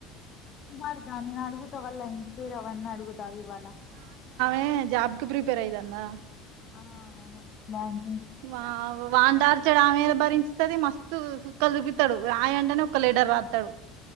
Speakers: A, on the left; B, on the right.
A: <unintelligible> నేను అడుగుతా వళ్ళ ఇంటి పేరు అవన్నీ అడుగుతావు ఇవాళ
B: ఎ జాబ్కి ప్రిపేర్ అఐదాందా
A: ఆ అవును బావుంద్
B: వా వాందార్చడ ఆమెద భరించది మస్ తు చుక్కలు చూపితాడు రాయంటనే ఒక లీడర్ రాస్తాడు